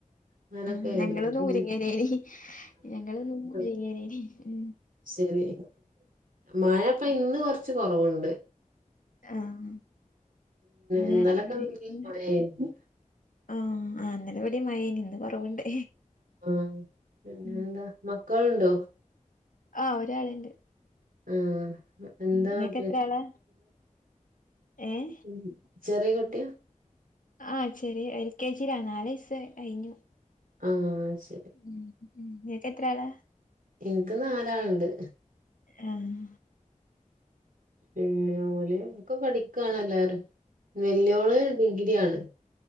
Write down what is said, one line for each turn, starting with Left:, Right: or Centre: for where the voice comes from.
Right: അങ്ങനൊക്കെ
Left: ആ
Right: ആയിന്
Left: ഞങ്ങളന്ന് മുരിങ്ങലേനി ഞങ്ങളിന്ന് മുരുങ്ങലനി
Right: ആ
Left: ഉ
Right: ശരി മഴപ്പൊ ഇന്ന് കൊറച്ച് കൊറവ്ണ്ട്
Left: ആഹ ഇന്ന്
Right: ഇന്നലൊക്കെ
Left: ഞങ്ങളെ അവിടെ
Right: നല്ല
Left: ല്ല
Right: മഴയായിരുന്നു
Left: ആഹ അ ഇന്നലെ ഇവിടിം മഴേനി ഇന്ന് കൊറവ്ണ്ട്
Right: ആഹ് പിന്നെ
Left: ഉം
Right: എന്താ മക്കളുണ്ടോ
Left: ആ ഒരാള്ണ്ട്
Right: ആഹ എന്താ
Left: ഇങ്ങക്ക്
Right: പ
Left: എത്ര ആളാ ഏഹ്
Right: <unintelligible> ചെറീകുട്ടിയാ
Left: ആ ചെറിയ എൽ കെ ജിയിലാണ് നാലെസ് കയിന്നു
Right: ഹാ ശരി
Left: ഉം ഉം ഇങ്ങക്ക് എത്ര ആള
Right: ഇനിക്ക് നാലാള്ണ്ട്
Left: ആഹാ
Right: പിന്നെ ഓല് ഒക്കെ പഠിക്കണല്ലാരും വെല്യോള് ഡിഗ്രിാണ്